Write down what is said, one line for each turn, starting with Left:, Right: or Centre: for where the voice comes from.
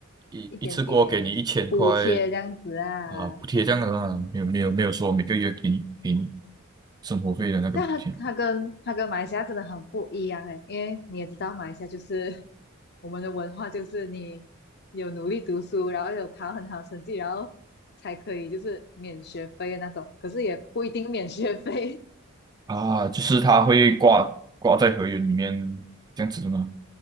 Right: 一一次过给你一千块
Left: 一点点补贴这样子啊。
Right: 啊、补贴这样的啊，
Left: 嗯，
Right: 没有没有没有说每个月给你给你生活费的那个补贴。
Left: 这样它它跟它跟马来西亚真的很不一样诶，因为你也知道马来西亚就是我们的文化就是你有努力读书，然后有考很好成绩，然后才可以就是免学费的那种，可是也不一定免学费，
Right: 啊，就是它会挂挂在合约里面这样子的吗？